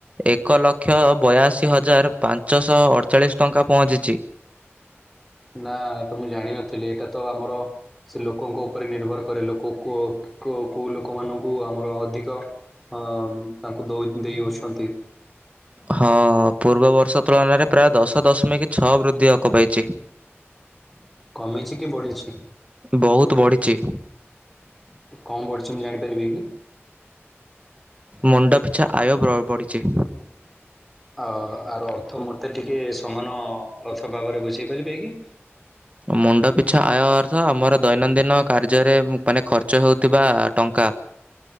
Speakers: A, on the right; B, in the centre.
A: ଏକ ଲକ୍ଷ ବୟାଅଶୀ ହଜାର ପାଞ୍ଚଶହ ଅଠଚାଳିଶ ଟଙ୍କା ପହଞ୍ଚିଛି
B: ନା ଏ ତ ମୁଁ ଜାଣିନଥିଲି ଏଇଟା ତ ଆମର ସେ ଲୋକଙ୍କ ଉପରେ ନିର୍ଭର କରେ ଲୋକ କୋଉ ଲୋକମାନଙ୍କୁ ଆମର ଅଧିକ ହଁ ତାଙ୍କୁ ଦ ଦେଇ ଅଛନ୍ତି
A: ହଁ ପୂର୍ବ ବର୍ଷ ତୁଳନାରେ ପ୍ରାୟ ଦଶ ଦଶମିକ ଛଅ ବୃଦ୍ଧି ହକ ପାଇଛି
B: କମିଛି କି ପଢଛି
A: ବହୁତ ବଢ଼ିଛି
B: କଣ ପଢୁଛି ମୁଁ ଜାଣିପାରିବି କି
A: ମୁଣ୍ଡ ପିଛା ଆୟ ବ ବଢ଼ିଛି
B: ଅ ଆର୍ ଅର୍ଥ ମତେ ଟିକେ ସମାନ ଅର୍ଥ ଭାବରେ ବୁଝେଇ ପାରିବେ କି
A: ମୁଣ୍ଡ ପିଛା ଆୟ ଅର୍ଥ ଆମର ଦୈନନ୍ଦିନ କାର୍ଯ୍ୟରେ ମାନେ ଖର୍ଚ୍ଚ ହେଉଥିବା ଟଙ୍କା